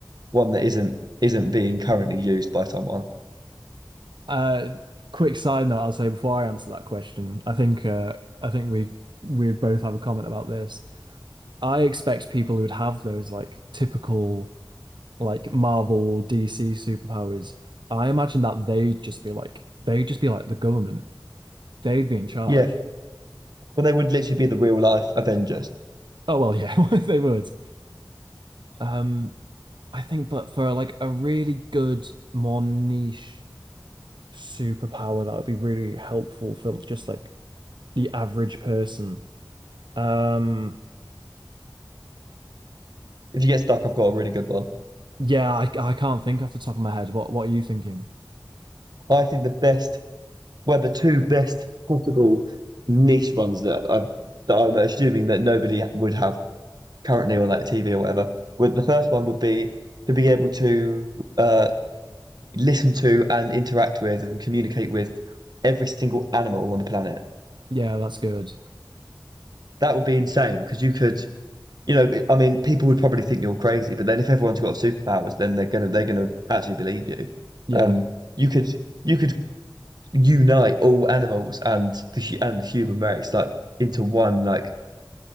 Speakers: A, on the right; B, on the right.
A: one that isn't isn't being currently used by someone.
B: uh, quick side note I'll say before I answer that question. I think uh, I think we we'd both have a comment about this. I expect people who'd have those like typical like Marvel or DC superpowers. I imagine that they'd just be like they'd just be like the government. They'd be in charge.
A: Yeah, well, they would literally be the real life Avengers.
B: Oh well, yeah, <laughs> they would. Um, I think, but for like a really good, more niche superpower, that would be really helpful for just like the average person. Um,
A: If you get stuck, I've got a really good one.
B: yeah, I I can't think off the top of my head. What what are you thinking?
A: I think the best, well, the two best possible niche ones that I that I'm assuming that nobody would have currently on like TV or whatever, would the first one would be to be able to uh, listen to and interact with and communicate with every single animal on the planet.
B: Yeah, that's good.
A: That would be insane because you could, you know, I mean, people would probably think you're crazy, but then if everyone's got superpowers, then they're gonna they're gonna actually believe you.
B: Yeah.
A: Um, you could you could unite all animals and the hu- and the human race like into one like